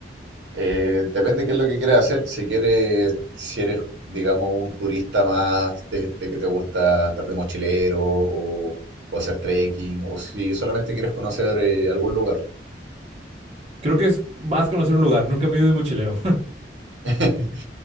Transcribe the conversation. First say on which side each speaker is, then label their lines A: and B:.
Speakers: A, on the right; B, on the right.
A: Eh, depende qué es lo que quieras hacer. Si quieres, si eres, digamos, un turista más de, de que te gusta andar de mochilero o, o hacer trekking, o si solamente quieres conocer eh, algún lugar.
B: Creo que es más conocer un lugar. Nunca me he ido de mochilero.
A: <laughs>